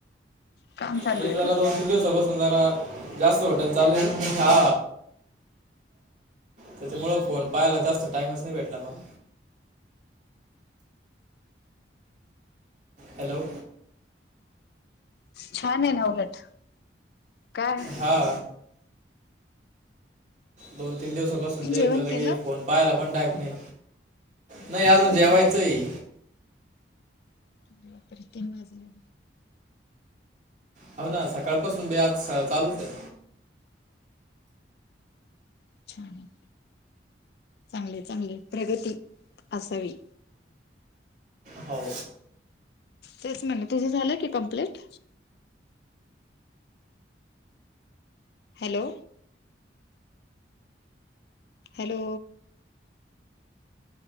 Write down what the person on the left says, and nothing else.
काम चालू
आहे
का
छान आहे ना उलट काय
जेवण
केलं
हो
का अे बापरे! तीन वाजले
छान चांगले चांगले प्रगती असावी.
तेच म्हणलं तुझं झालं की complete? Hello hello